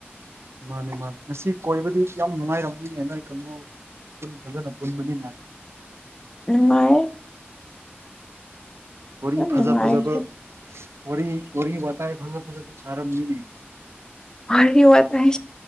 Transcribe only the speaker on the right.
ꯃꯥꯅꯦ ꯃꯥꯅꯦ ꯉꯁꯤ ꯀꯣꯏꯕꯗꯤ ꯌꯥꯝ ꯅꯨꯡꯉꯥꯏꯔꯝꯃꯤ ꯅꯣꯏ ꯀꯨ ꯄꯨꯟ ꯐꯖꯅ ꯄꯨꯟ ꯃꯔꯤꯅ
ꯋꯥꯔꯤ ꯐꯖ
ꯐꯖꯕ ꯋꯥꯔꯤ ꯋꯥꯔꯤꯔꯤ ꯋꯥꯇꯥꯏ ꯐꯉ ꯐꯖꯦ ꯁꯔꯃꯤꯅꯤ